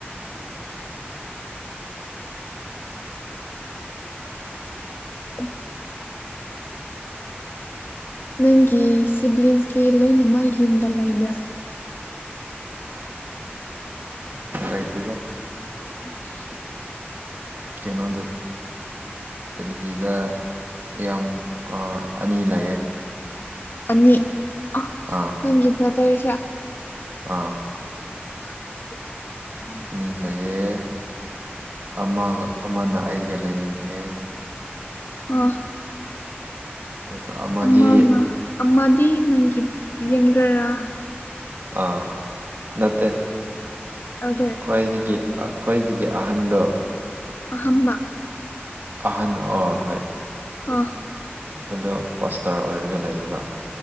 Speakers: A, on the left; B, on the right.
A: <unintelligible> ꯅꯪꯒꯤ ꯁꯤꯕꯂꯤꯡꯁꯁꯤ ꯂꯣꯏꯅꯃꯛ ꯌꯨꯝꯗ ꯂꯩꯕ꯭ꯔꯥ
B: ꯂꯩꯇꯦꯗ
A: <unintelligible>
B: ꯀꯩꯅꯣꯗ ꯒꯤꯗ ꯌꯥꯝ ꯑꯅꯤ ꯂꯩꯌꯦ
A: ꯑꯅꯤ ꯑ
B: ꯑꯥ
A: ꯅꯪꯒꯤꯕ꯭ꯔꯗꯁꯦ
B: ꯑꯥ
A: <unintelligible>
B: ꯑꯅꯤ ꯂꯩꯌꯦ ꯑꯃꯒ ꯑꯃꯅ ꯑꯩꯒ ꯂꯩꯃꯤꯟꯅꯑꯦ
A: ꯑ
B: ꯑꯗꯨꯒ ꯑꯃꯗꯤ
A: ꯑꯃꯅ ꯑꯃꯗꯤ ꯅꯪꯒꯤ ꯌꯦꯡꯒꯔꯥ
B: ꯑꯥ ꯅꯠꯇꯦ
A: ꯑꯦꯜꯗꯔ
B: ꯈ꯭ꯋꯥꯏꯗꯒꯤ ꯈ꯭ꯣꯏꯗꯒꯤ ꯑꯍꯟꯗꯣ
A: ꯑꯍꯝꯕ
B: ꯑꯍꯟ ꯑꯣ ꯍꯣꯏ
A: ꯑꯥ
B: ꯑꯗꯣ ꯄꯣꯁꯇꯔ ꯑꯣꯏꯔ ꯑꯗꯨꯒꯔꯒ ꯂꯩꯌꯦꯕ